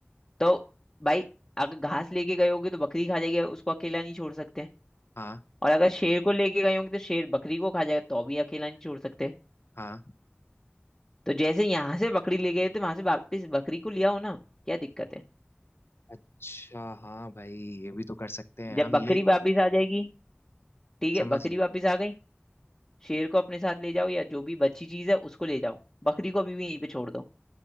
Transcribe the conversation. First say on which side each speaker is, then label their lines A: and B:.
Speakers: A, on the left (about 20°); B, on the left (about 75°).
A: तो भाई अगर घास लेके गए होगे तो बकरी खा जाएगी उसको अकेला नहीं छोड़ सकते
B: हाँ
A: और अगर शेर को लेके गए होंगे तो शेर बकरी को खा जाएगा तो भी अकेला नहीं छोड़ सकते
B: हाँ
A: तो जैसे यहाँ से बकरी ले गए तो वहां से वापस बकरी को लिया हो ना क्या दिक्कत है
B: अच्छा हाँ भाई ये भी तो कर सकते हैं
A: जब
B: हम
A: बकरी
B: ले
A: वापस आ जाएगी ठीक है
B: समझ
A: बकरी
B: गए
A: वापस आ गई शेर को अपने साथ ले जाओ या जो भी बची चीज है उसको ले जाओ बकरी को अभी भी यहीं पे छोड़ दो